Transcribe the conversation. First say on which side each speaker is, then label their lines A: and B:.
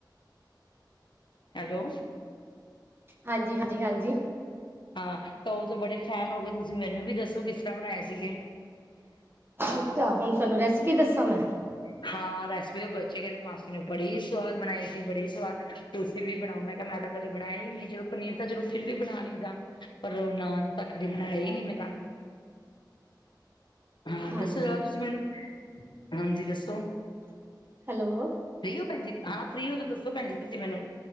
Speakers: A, on the left (about 80°); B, on the right (about 30°).
A: ਹੈਲੋ,
B: ਹਾਂਜੀ-ਹਾਂਜੀ-ਹਾਂਜੀ,
A: ਹਾਂ ਤਾਂ ਉਹ ਤਾਂ ਬੜੇ ਫੈਨ ਹੋ ਗਏ ਤੁਸੀਂ ਮੈਨੂੰ ਵੀ ਦੱਸੋ ਕਿਸ ਤਰ੍ਹਾਂ ਬਣਾਏ ਸੀਗੇ?
B: ਅੱਛਾ ਹੁਣ ਤੁਹਾਨੂੰ ਰੈਸਪੀ ਦੱਸਾਂ ਮੈਂ
A: <inaudible> ਹਾਂ ਰੈਸਪੀ ਬਚੇ ਕੇਰੇ ਮਾਸੀ ਨੂੰ ਬੜੀ ਸਵਾਦ ਬਣਾਈ ਸੀ, ਬੜੀ ਸਵਾਦ ਤੁਸੀਂ ਵੀ ਬਣਾਓ ਮੈਂ ਕਿਹਾ ਮੈਂ ਤਾਂ ਕਦੇ ਬਣਾਈ ਈ ਨੀ ਐ ਚਲੋ ਪਨੀਰ ਤਾਂ ਚਲੋ ਫਿਰ ਵੀ ਬਣਾ ਲਈਦਾ। ਪਰ ਉਹ ਨਾਨ ਤੇ ਕਦੀ ਬਣਾਏ ਆ ਈ ਨੀ ਮੈਂ ਤਾਂ ਹਾਂ
B: ਹਾਂਜੀ
A: ਦੱਸੋ ਜਰਾ ਤੁਸੀਂ ਮੈਨੂੰ, ਹਾਂਜੀ ਦੱਸੋ।
B: ਹੈਲੋ,
A: ਫ੍ਰੀ ਔ ਭੈਣ ਜੀ ਹਾਂ ਫ੍ਰੀ ਔ ਤਾਂ ਦੱਸੋ ਭੈਣ ਜੀ ਤੁਸੀਂ ਮੈਨੂੰ